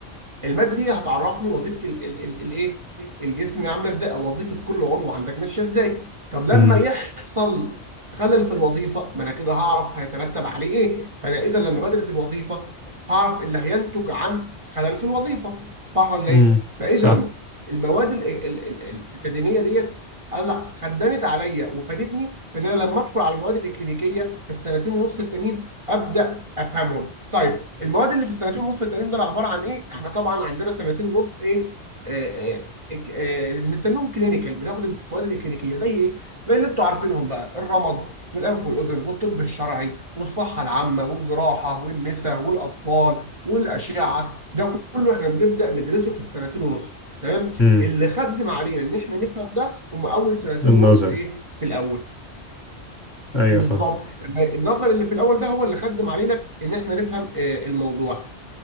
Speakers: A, on the right (about 30°); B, on the left (about 25°).
A: الماده دي هتعرفني وظيفه الايه الجسم عامله ازاي او وظيفه كل عضو عندك ماشيه ازاي طب لما
B: امم
A: يحصل خلل في الوظيفه ما انا كده هعرف هيترتب عليه ايه فانا اذا لما بدرس الوظيفه هعرف اللي هينتج عن خلل في الوظيفه صح ولا
B: أمم.
A: ايه فاذا
B: صح
A: المواد ال- ال- ال- الاكاديميه ديت انا خدمت عليا وفادتني في ان انا لما ادخل على المواد الاكلينيكيه في السنتين ونص التانيين ابدا افهمهم طيب المواد اللي في السنتين ونص التانيين دول عباره عن ايه؟ احنا طبعا عندنا سنتين ونص ايه؟ آه، آه، آه، بنسميهم كلينيكال بناخد المواد الكلينيكيه زي ايه؟ زي اللي انتوا عارفينهم بقى الرمد والانف والاذن والطب الشرعي والصحه العامه والجراحه والنساء والاطفال والاشعه ده كله احنا بنبدا ندرسه في السنتين ونص تمام؟
B: امم
A: اللي خدم علينا ان احنا نفهم ده هم اول سنتين
B: النظري
A: ونص ايه؟ في الاول
B: ايوه
A: بالظبط
B: فاهم
A: لما النظر اللي في الاول ده هو اللي خدم علينا ان احنا نفهم آه، الموضوع